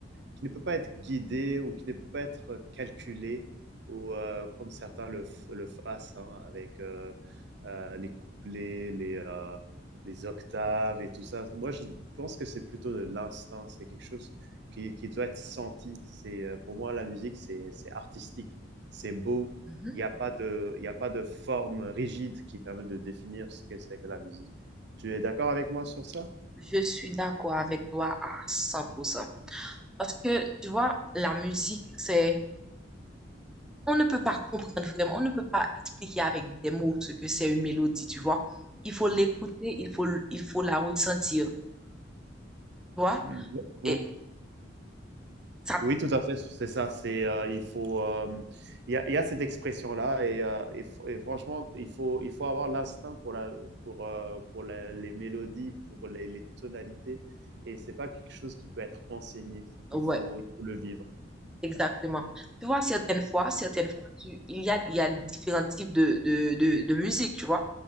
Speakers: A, on the right; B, in the centre.
A: qui ne peut pas être guidé ou qui ne peut pas être calculé ou euh, comme certains le, le fassent hein, avec euh, euh, les couplets, les, euh, les octaves et tout ça. Moi, je pense que c'est plutôt de l'instinct, c'est quelque chose qui, qui doit être senti. C'est, euh, pour moi, la musique, c'est, c'est artistique, c'est beau.
B: Mhm.
A: Il n'y a, pas de- il y a pas de forme rigide qui permet de définir ce que c'est que la musique. Tu es d'accord avec moi sur ça?
B: Je suis d'accord avec toi à cent pour cent Parce que, tu vois, la musique, c'est on ne peut pas comprendre vraiment, on ne peut pas expliquer avec des mots ce que c'est une mélodie, tu vois. Il faut l'écouter, il faut, il faut la ressentir, tu vois.
A: Mm. Ou
B: Et ça,
A: Oui, tout à fait, c'est ça. C'est, euh, il faut, euh, il y a, il y a cette expression-là et, euh, et f- et franchement, il faut, il faut avoir l'instinct pour la, pour, euh, pour la- les mélodies, pour les, les tonalités. Et c'est pas quelque chose qui peut être enseigné. Il
B: ouais,
A: faut, il faut le vivre.
B: exactement. Tu vois, certaines fois, certaines fois, tu, il y a, il y a différents types de, de, de, de musique, tu vois.